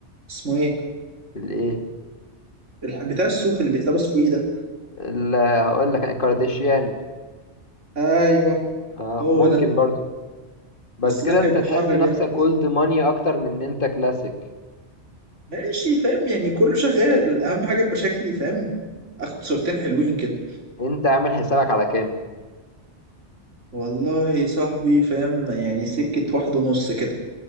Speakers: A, on the right; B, on the left.
A: اسمه ايه
B: الايه
A: الح- بتاع الصوف اللي بيتلبس فوقيه ده
B: ال- هقول لك الكارديشيان
A: ايوه
B: آه
A: هو
B: ممكن
A: ده
B: برضه بس
A: بس
B: كده
A: ده
B: انت
A: هيبقى
B: تحس
A: حر
B: نفسك
A: جامد ده
B: اولد
A: صح
B: ماني اكتر من ان انت كلاسيك
A: ماشي فاهم يعني كله شغال اهم حاجه يبقى شكلي فاهم اخد صورتين حلوين كده
B: انت عامل حسابك على كام
A: والله صاحبي فاهم يعني سكه واحد ونص كده